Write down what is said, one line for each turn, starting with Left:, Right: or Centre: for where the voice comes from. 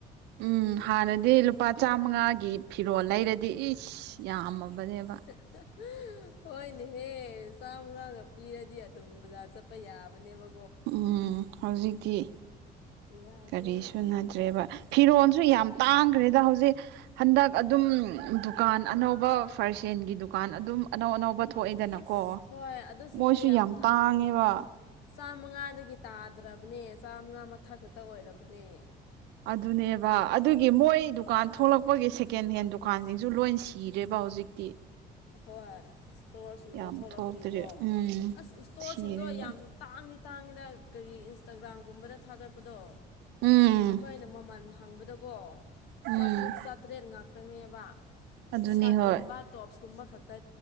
Right: ꯎꯝ ꯍꯥꯟꯅꯗꯤ ꯂꯨꯄꯥ ꯆꯥꯃꯉꯥꯒꯤ ꯐꯤꯔꯣꯜ ꯂꯩꯔꯗꯤ ꯏꯁ ꯌꯥꯝꯃꯕꯅꯦꯕ
Left: <unintelligible> ꯍꯣꯏꯅꯦꯍꯦ ꯆꯥꯝꯃꯉꯥꯒ ꯄꯤꯔꯗꯤ ꯑꯗꯨꯝ ꯕꯖꯥꯔ ꯆꯠꯄ ꯌꯥꯕꯅꯦꯕ
Right: ꯎꯝ ꯍꯧꯖꯤꯛꯇꯤ
Left: ꯌꯥꯗ꯭ꯔꯦꯅꯦ
Right: ꯀꯔꯤ ꯁꯨꯅꯗ꯭ꯔꯦꯕ ꯐꯤꯔꯣꯜꯁꯨ ꯌꯥꯝ ꯇꯥꯡꯈ꯭ꯔꯦꯗ ꯍꯧꯖꯤꯛ ꯍꯟꯗꯛ ꯑꯗꯨꯝ ꯗꯨꯀꯥꯟ ꯑꯅꯧꯕ ꯐ꯭ꯔꯁ ꯍꯦꯟꯒꯤ ꯗꯨꯀꯥꯟ ꯑꯗꯨꯝ ꯑꯅꯧ ꯑꯅꯧꯕ ꯊꯣꯛꯑꯦꯗꯅꯀꯣ
Left: ꯑꯁ ꯍꯣꯏ ꯑꯗꯨꯁꯤꯡꯗꯣ
Right: ꯃꯣꯏꯁꯨ ꯌꯥꯝ
Left: ꯇꯥꯡ
Right: ꯇꯥꯡꯉꯦꯕ
Left: ꯆꯥꯝꯃꯉꯥꯗꯒꯤ ꯇꯥꯗ꯭ꯔꯕꯅꯦ ꯆꯥꯝꯃꯉꯥ ꯃꯊꯛ ꯈꯛꯇ ꯑꯣꯏꯔꯕꯅꯦ
Right: ꯑꯗꯨꯅꯦꯕ ꯑꯗꯨꯒꯤ ꯃꯣꯏ ꯗꯨꯀꯥꯟ ꯊꯣꯛꯂꯛꯄꯒꯤ ꯁꯦꯀꯦꯟ ꯍꯦꯟ ꯗꯨꯀꯥꯟꯁꯤꯡꯁꯨ ꯂꯣꯏ ꯁꯤꯔꯦꯕ ꯍꯧꯖꯤꯛꯇꯤ
Left: ꯍꯣꯏ ꯏꯁꯇꯣꯔꯁꯤꯡꯗꯣ
Right: ꯌꯥꯝ
Left: ꯊꯣꯛꯂꯛꯄꯒꯤꯀꯣ
Right: ꯊꯣꯛꯇ꯭ꯔꯦ ꯎꯝ
Left: ꯑꯁ ꯏꯁꯇꯣꯔꯁꯤꯡꯗꯣ
Right: ꯁꯤꯔꯦꯕ
Left: ꯌꯥꯝ ꯇꯥꯡꯗꯤ ꯇꯥꯡꯉꯦꯗ ꯀꯔꯤ ꯏꯟꯁꯇꯥꯒ꯭ꯔꯥꯝꯒꯨꯝꯕꯗ ꯊꯥꯒꯠꯄꯗꯣ
Right: ꯎꯝ
Left: ꯑꯩꯈꯣꯏꯅ ꯃꯃꯜ ꯍꯪꯕꯗꯀꯣ
Right: ꯎꯝ
Left: ꯆꯥꯇ꯭ꯔꯨꯛ ꯆꯥꯇ꯭ꯔꯦꯠ ꯉꯥꯛꯇꯪꯅꯦꯕ
Right: ꯑꯗꯨꯅꯤ
Left: ꯇꯤ ꯁꯥꯔꯠꯀꯨꯝꯕ
Right: ꯍꯣꯏ
Left: ꯇꯣꯞꯁ ꯀꯨꯝꯕ ꯈꯛꯇ